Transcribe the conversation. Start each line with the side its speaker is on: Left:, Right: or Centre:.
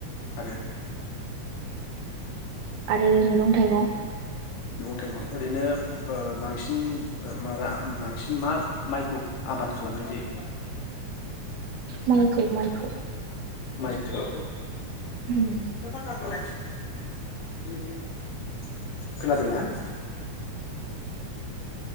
Left: आरो।
Right: आरो मैगं-थाइगं।
Left: मैगं-थाइगं ओरैनो बो बांसिन ओ मा रा बांसिन मा माइखौ आबाद खालामनाय जायो?
Right: माइखौ माइखौ।
Left: <inaudible> <inaudible> <inaudible> खोनादोंना?
Right: उम
Left: <inaudible> <inaudible>